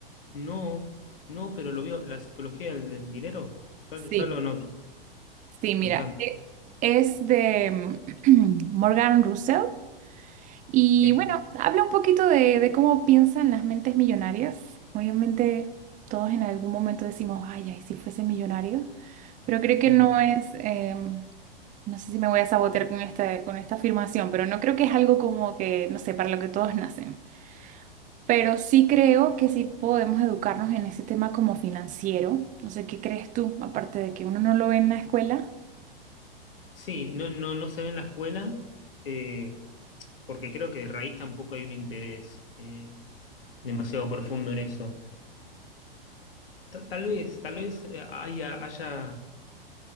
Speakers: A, on the left; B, on the right.
A: No, no, pero lo veo, la psicología del, del dinero, ya, ya
B: Sí,
A: lo anoto
B: Sí, mira,
A: me encanta.
B: e- es de <clears throat> Morgan Russell Y
A: ok.
B: bueno, habla un poquito de, de cómo piensan las mentes millonarias. Obviamente todos en algún momento decimos, ay, ay, si fuese millonario, pero creo que
A: Mm.
B: no es, em, no sé si me voy a sabotear con esta, con esta afirmación, pero no creo que es algo como que, no sé, para lo que todos nacen. Pero sí creo que sí podemos educarnos en ese tema como financiero. No sé, ¿qué crees tú? Aparte de que uno no lo ve en la escuela.
A: Sí, no, no, no se ve en la escuela, eh, porque creo que de raíz tampoco hay un interés eh, demasiado profundo en eso. ta- tal vez, tal vez eh, haya, haya-